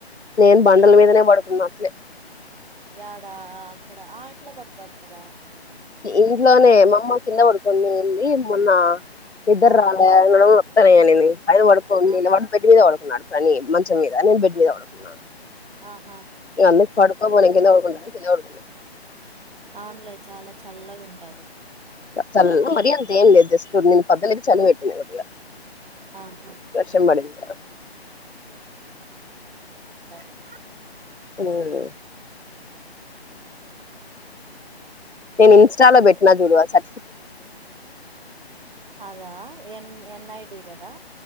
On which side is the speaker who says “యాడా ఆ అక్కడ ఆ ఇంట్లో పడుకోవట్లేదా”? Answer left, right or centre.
Right